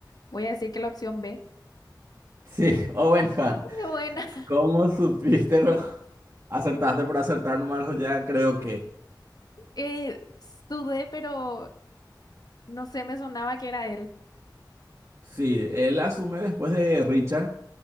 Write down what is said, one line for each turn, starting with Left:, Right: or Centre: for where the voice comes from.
Left: voy a decir que la opción B.
Right: Sí, <laughs> Owen Hun.
Left: <laughs> Bueno, <laughs>
Right: ¿Cómo supiste, <laughs> bro? Acertaste por acertar nomás, ya creo que
Left: eh, dudé, pero no sé, me sonaba que era él.
Right: sí, él asume después de Richard